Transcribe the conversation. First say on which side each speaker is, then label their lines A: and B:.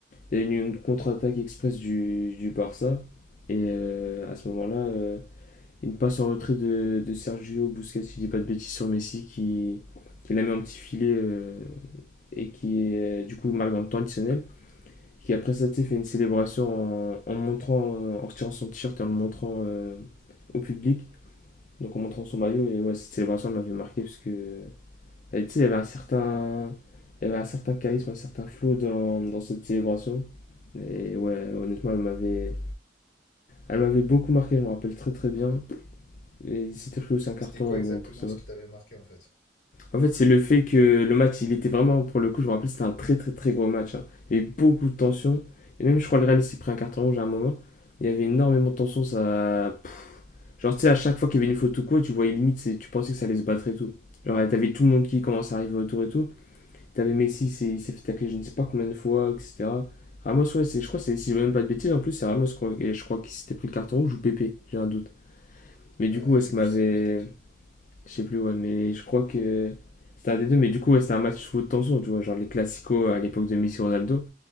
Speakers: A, on the left (about 45°); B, on the left (about 80°).
A: Il y a eu une contre-attaque express du, du Barça. Et euh, à ce moment-là, euh, une passe en retrait de, de Sergio Busquets, si je dis pas de bêtises, sur Messi qui, qui la met en petit filet euh, et qui euh, du coup marque dans le temps additionnel. Qui après ça tu fait une célébration en, en montrant, euh, en retirant son t-shirt et en le montrant euh, au public, donc en montrant son maillot. Et ouais, cette célébration elle m'avait marqué parce que elle, tu sais, il y avait un certain, il y avait un certain charisme, un certain flow dans, dans cette célébration. Et ouais, honnêtement, elle m'avait, elle m'avait beaucoup marqué, je me rappelle très très bien. Et il s'était pris aussi un
B: Mais
A: carton
B: c'était quoi exactement
A: bon, pour celle
B: ce qui t'avait marqué en fait?
A: En fait, c'est le fait que le match, il était vraiment, pour le coup, je me rappelle, c'était un très très très gros match. hein. Il y avait beaucoup de tension. Et même, je crois, le Real s'est pris un carton rouge à un moment. Il y avait énormément de tension. Ça... Genre, tu sais, à chaque fois qu'il y avait une faute ou quoi, tu voyais limite, c'est- tu pensais que ça allait se battre et tout. Genre, t'avais tout le monde qui commence à arriver autour et tout. T'avais Messi, c'est- il s'est fait tacler je ne sais pas combien de fois, etc. Ramos, ouais, c'est- je crois, que c'est- si je dis même pas de bêtises, en plus, c'est Ramos, je crois, et je crois qu'il s'était pris le carton rouge ou Pépé, j'ai un doute. Mais du
B: Euh,
A: coup, est-ce qu'il m'avait.
B: je sais plus c'était qui.
A: Je sais plus, ouais, mais je crois que c'était un des deux. Mais du coup, ouais, c'était un match sous haute tension, tu vois, genre les classicos à l'époque de Messi Ronaldo,